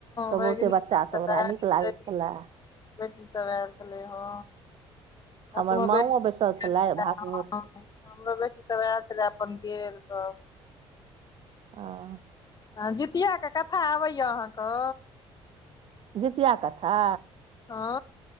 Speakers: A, on the right (about 50°); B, on the left (about 30°).
A: सब
B: बैग
A: बहुते बच्चासभ
B: छल।
A: रहए नीक लागै छलए
B: बेटी सभ आयल छलै हे
A: हमर
B: अपनो
A: माँओ
B: बे
A: बैसल छलथि
B: हमरो
A: भागवत
B: बेटी तऽ वएह छले। अपन गेल त
A: ह
B: आ जीतिआ के कथा आबैएा अहाँकेँ
A: जितिया कथा
B: हा